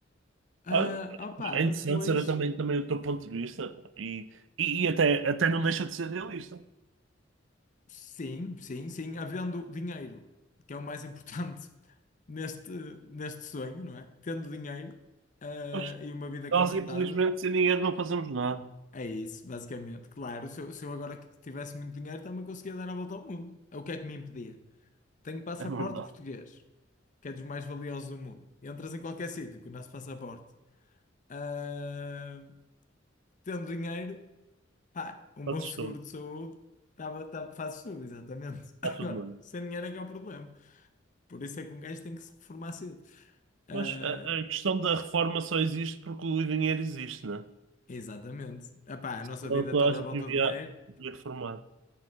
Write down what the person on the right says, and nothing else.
Ah,
É
interessante saber também, também o teu ponto de vista pá. e, e, e até, até não deixa de ser realista.
Pois,
nós,
infelizmente, sem dinheiro não fazemos nada.
É verdade.
Está
tudo,
está tudo na mão.
Mas a, a questão da reforma só existe porque o dinheiro existe, né?
Então
toda
a gente
devia,
devia reformar.